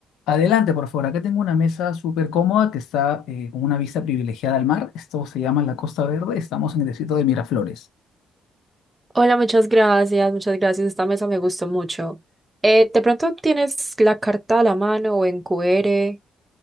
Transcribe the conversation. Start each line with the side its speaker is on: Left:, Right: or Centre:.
Left: Adelante, por favor. Acá tengo una mesa súper cómoda que está eh, con una vista privilegiada al mar. Esto se llama la Costa Verde. Estamos en el distrito de Miraflores.
Right: Hola, muchas gracias, muchas gracias. Esta mesa me gustó mucho. Eh, de pronto tienes la carta a la mano o en QR.